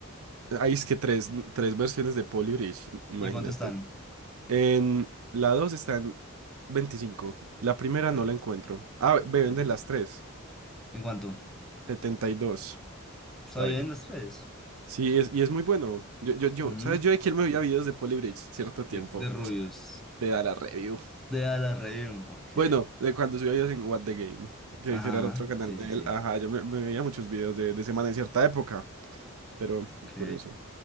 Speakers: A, on the right; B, in the centre.
A: <laughs> Ahí es que tres, tres versiones de Polybridge, imagínate.
B: ¿Y cuánto están?
A: En la dos está en veinticinco La primera
B: Está
A: no
B: bien.
A: la encuentro. Ah, me
B: ¿Y
A: venden
B: el tre-
A: las tres
B: ¿En cuánto?
A: setenta y dos
B: Está
A: Está
B: bien,
A: bien.
B: las tres.
A: Sí, es, y es muy bueno. Yo, yo, yo,
B: Ujú.
A: ¿sabes? Yo de quién me veía videos de Polybridge cierto tiempo.
B: De, de rubios.
A: Te da la review
B: De a la review, ok.
A: Bueno, de cuando subía videos en What the Game, que,
B: Ajá,
A: que era el otro
B: ajá,
A: canal
B: sí,
A: de
B: sí, sí.
A: él. Ajá, yo me, me veía muchos videos de, de semana en cierta época, pero
B: Ok.
A: curioso.